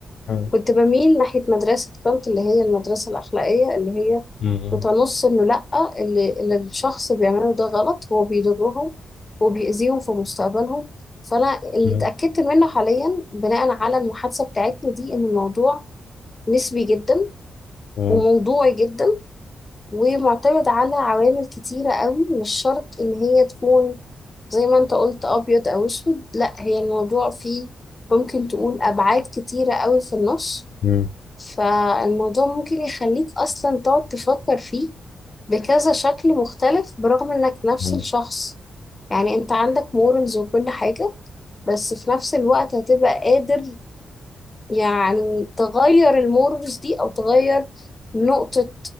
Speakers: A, on the left; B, on the left.
A: مم.
B: كنت بميل ناحية مدرسة كانت اللي هي المدرسة الأخلاقية اللي هي
A: مم.
B: بتنص إنه لأ اللي, اللي الشخص بيعمله ده غلط هو بيضرهم وبيأذيهم في مستقبلهم فأنا اللي
A: مم.
B: اتأكدت منه حاليا بناء على المحادثة بتاعتنا دي إن الموضوع نسبي جدا
A: مم.
B: وموضوعي جدا ومعتمد على عوامل كتيرة قوي مش شرط إن هي تكون زي ما أنت قلت أبيض أو أسود لأ هي الموضوع فيه ممكن تقول أبعاد كتيرة قوي في النص
A: مم.
B: فالموضوع ممكن يخليك أصلا تقعد تفكر فيه بكذا شكل مختلف برغم إنك نفس
A: مم.
B: الشخص يعني أنت عندك مورالز وكل حاجة بس في نفس الوقت هتبقى قادر يعني تغير المورز دي أو تغير نقطة